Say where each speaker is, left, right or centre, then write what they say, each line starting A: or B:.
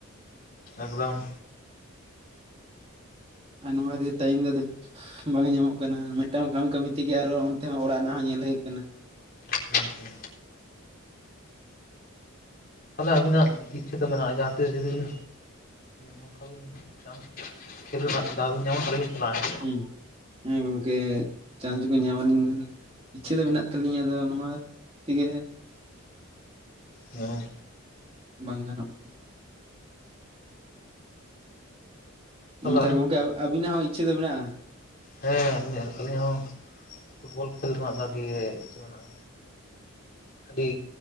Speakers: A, on the left; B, on the right.
A: ᱮᱠᱫᱚᱢ
B: ᱟᱱᱢᱟᱫ <unintelligible> ᱴᱟᱭᱤᱢ ᱫᱚ ᱟᱫᱚ ᱵᱟᱝ ᱧᱟᱢᱚᱜ ᱠᱟᱱᱟ ᱢᱤᱫᱴᱟᱝ ᱠᱚᱢ ᱠᱟᱹᱢᱤ ᱛᱮᱜᱮ ᱟᱨᱚ ᱚᱱᱛᱮ ᱦᱚᱸ ᱚᱲᱟᱜ ᱨᱮᱱᱟᱜ ᱦᱚᱸ ᱧᱮᱞ ᱦᱩᱭᱩᱜ ᱠᱟᱱᱟ᱾
A: ᱦᱩᱸ ᱦᱩᱸ ᱛᱟᱞᱦᱮ ᱟᱹᱵᱤᱱᱟᱜ ᱤᱪᱪᱷᱟᱹ ᱫᱚ ᱢᱮᱱᱟᱜᱼᱟ ᱡᱟᱦᱟᱸ ᱛᱤᱥ ᱡᱩᱫᱤ ᱵᱤᱱᱼᱼ ᱱᱚᱝᱠᱟ ᱵᱤᱱ ᱪᱟᱱᱥ ᱠᱷᱮᱞ ᱨᱮᱱᱟᱜ ᱫᱟᱣᱵᱤᱱ ᱧᱟᱢᱟ ᱛᱟᱦᱚᱞᱮᱵᱤᱱ ᱪᱟᱞᱟᱜᱼᱟ᱾ ᱥᱮ
B: ᱦᱩᱸ ᱦᱮᱸ ᱜᱚᱝᱠᱮ ᱪᱟᱥᱠᱚ ᱧᱟᱢ ᱟᱹᱞᱤᱼᱼ ᱤᱪᱪᱷᱟᱹ ᱫᱚ ᱢᱮᱱᱟᱜ ᱛᱟᱹᱟᱞᱤᱧᱟ ᱟᱫᱚ ᱱᱚᱣᱟ ᱛᱮᱜᱮᱼᱼ
A: ᱚ
B: ᱵᱟᱝ ᱜᱟᱱᱚᱜᱼᱼ
A: ᱛᱟᱦᱚᱞᱮ
B: ᱢᱩᱛᱷᱟ
A: ᱟᱹᱵᱤᱱ
B: ᱜᱚᱢᱠᱮ ᱟᱵᱤᱱᱟᱜ ᱦᱚᱸ ᱤᱪᱪᱷᱟᱹ ᱫᱚ ᱢᱮᱱᱟᱜᱼᱟ?
A: ᱦᱮᱸ ᱟᱹᱞᱤᱧ ᱦᱚᱸ ᱯᱷᱩᱴᱵᱚᱞ ᱠᱷᱮᱞ ᱨᱮᱱᱟᱜ ᱫᱚ ᱟᱹᱰᱤ ᱤᱪᱪᱷᱟᱹ ᱢᱮᱱᱟᱜᱼᱟ᱾ ᱟᱹᱰᱤ